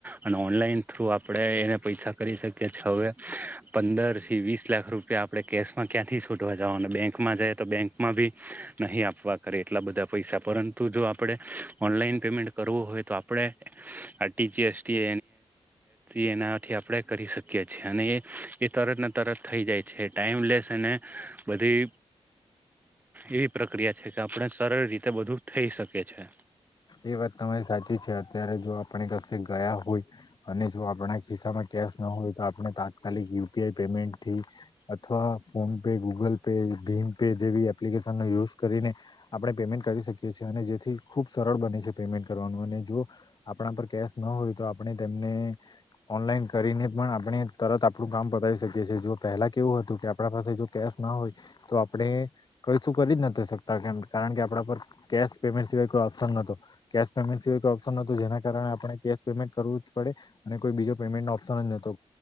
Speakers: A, on the right (about 15°); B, on the left (about 40°).
A: અને ઓનલાઈન થ્રુ આપણે એને પૈસા કરી શકીએ છીએ હવે પંદર થી વીસ લાખ રૂ પિયા આપણે કેશમાં ક્યાંથી શુધવા જાાવાનું બેંકમાં જાય તો બેંકમાં ભી નહીં આપવા કરે એટલા બધા પૈસા પરંતુ જો આપણે ઓનલાઈન પેમેન્ટ કરવું હોય તો આપણે આરટીજીએસટી <unintelligible> એનાથી આપણેે કરી શકીએ છીએ અને એ તરત ને તરત થઈ જાય છે. ટાઈમલેસ અને બધી એવી પ્રક્રિયા છે કે આપણે સરળ રીતે બધું થઈ શકીએ છે.
B: એ વાત તમારી સાચી છે અત્યારે જો આપણે કસે ગયા હોય અને જો આપણા ખિસ્સામાં કેશ ન હોય તો આપણે તાત્કાલિક યુપીઆઈ પેમેન્ટથી અથવા ફોન પે ગૂગલ પે ભીમ પે જેવી એપ્લિકેશન નો યુઝ કરીને આપણે પેમેન્ટ કરી શકીએ છીએ અને જેથી ખૂબ સરળ બની શકે પેમેન્ટ કરવાનું અને જો આપણા પર કેશ ન હોય તો આપણે તેમને ઓનલાઇન કરીને પણ આપણે તરત આપણું કામ બતાવી શકીએ છીએ જો પહેલા કેવું હતું કે આપણા પાસે જો કેશ ના હોય તો આપણે કઈ શું કરી જ નથી શકતા કેમ કારણ કે આપણા પર કેશ પેમેન્ટ સિવાય કોઈ ઓ પ્શન નતો કેશ પેમેન્ટ સિવાય કોઈ ઓપ્શન નતું જેના કારણે આપણે કેશ પેમેન્ટ કરવું જ પડે અને કોઈ બીજો પેમે ન્ટનો ઓપ્શન જ નતો